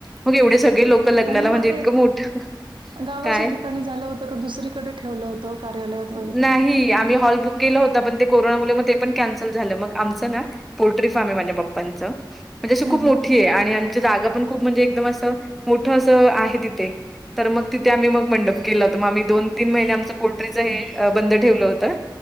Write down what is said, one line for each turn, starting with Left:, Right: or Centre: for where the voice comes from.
Centre: मग एवढे सगळे लोक लग्नाला
Right: आणि मग
Centre: म्हणजे
Right: ते
Centre: इतकं मोठं
Right: गावाच्या
Centre: काय?
Right: ठिकाणी झालं होतं का दुसरीकडे ठेवलं होतं कार्यालयात वगैर
Centre: नाही आमही हॉल केलं होता पण ते कोरोनामुळे मग ते पण कॅन्सल झालं मग आमचं ना पोल्ट्री फार्म आहे माझ्याप्पांच म्हणजे
Right: हं,
Centre: खूप मोठी
Right: हं.
Centre: आणि यांची जागा पण खूप म्हणजे एकदम असं मोठं असं आहे तिथे तर मग तिथे आम्ही मग मंडप केला होता मगम्ही दोन तीन महिने आमचं पोल्टट्रीचं बंद ठेवलं होतं